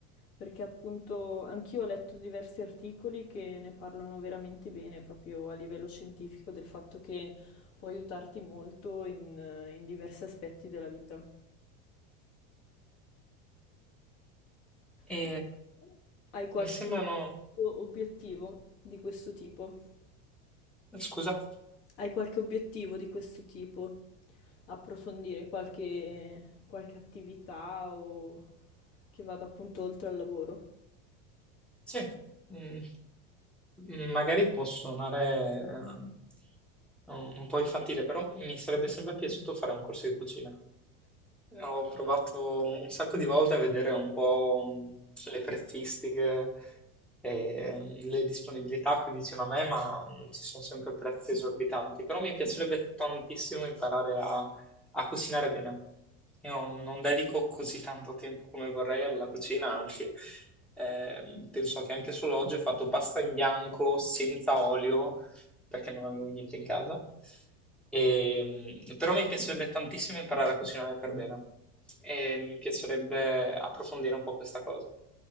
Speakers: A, on the left; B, in the centre.
A: perché appunto anch'io ho letto diversi articoli che ne parlano veramente bene, proprio a livello scientifico, del fatto che può aiutarti molto in, in diversi aspetti della vita.
B: E
A: Tu hai qualche
B: Mi sembrano...
A: obiettivo di questo tipo?
B: Scusa?
A: Hai qualche obiettivo di questo tipo? Approfondire qualche, qualche attività o che vada appunto oltre al lavoro?
B: Sì. Mm. Mm, Magari può suonare ehm, un un po' infantile, però mi sarebbe sempre piaciuto fare un corso di cucina. Ho provato un sacco di volte a vedere un po' mh, le prezzistiche e mh, le disponibilità qui vicino a me, ma mh, ci sono sempre prezzi esorbitanti. Però mi piacerebbe tantissimo imparare a A cucinare bene. Io non dedico così tanto tempo come vorrei alla cucina, anzi, ehm, penso che anche solo oggi ho fatto pasta in bianco senza olio perché non avevo niente in casa. Ehm, però mi piacerebbe tantissimo imparare a cucinare per bene e mi piacerebbe approfondire un po' questa cosa.